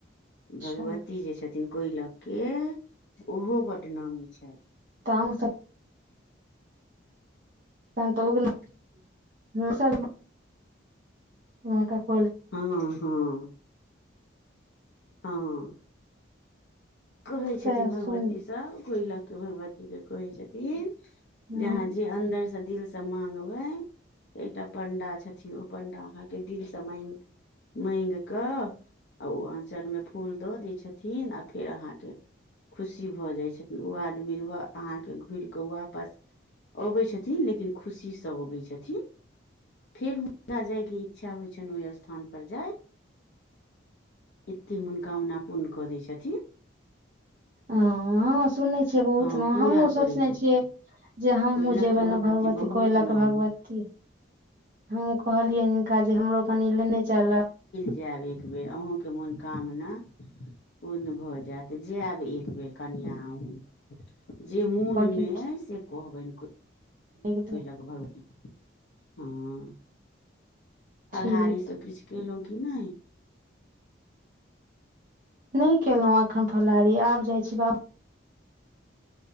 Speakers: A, on the right; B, on the left.
A: अच्छा
B: भगवती जे छथिन कोय ला के ओहो बड नामी छैथ।
A: ता हमु सब <unintelligible> मेकअप।
B: हाँ-हाँ। हाँ। कहै छथिन
A: से
B: भगवती
A: सुन
B: सब कोई ला के भगवती के कहै छै। ती।
A: ह
B: जहाँ जे अन्दर से, दिल से त मांगबै एकटा पण्डा छथिन ओ पंडा अहाँ के दिल से मेंग मेंग क अ उ आचर मे फूल दऽ दय छ थिन आ फेर अहाँ के खुशी भऽ जाय छथिन, उ आदमी उ अहाँ के घुर के वापस अबै छथिन, लेकिन खुशी से अबै छथिन। फेर हुनका जाय के इच्छा होय छैन, ओय स्थान पर जाय ती मुनकामना पुन क दै छथिन।
A: आ हाँ स सुनै छियै बहुत
B: हँ
A: ना
B: पूरा
A: हमु सोचनाय
B: करै छथिन
A: छियै जे हमहूँ
B: कोयलख
A: जेबै
B: के
A: ने भगवती
B: बहुत
A: कोयला
B: नामी
A: के भगवती, हमहुँ कहलियै हिनका जे हमरो कनि लेना चला।
B: जाएब एक बेर अहूँ के मोनकामना पूर्ण भऽ जाएत, जाएब एक बेर कनिया अहूँ। <unintelligible> जे मुन
A: कहलखिन
B: मे से कहबैन।
A: ठीक
B: कोयला के भगवती हाँ। फलहारी
A: ठीक
B: सब किछ केलौ कि नै।
A: नै केलौ अखन फलाहरी आब जाय छी बाबू